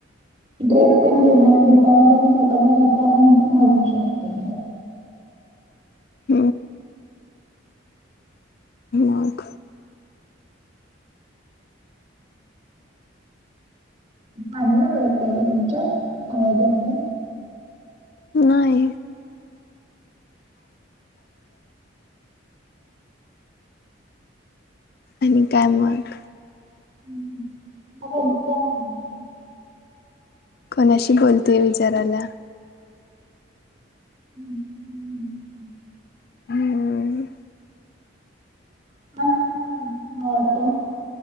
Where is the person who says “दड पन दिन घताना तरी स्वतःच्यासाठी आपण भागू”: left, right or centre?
Right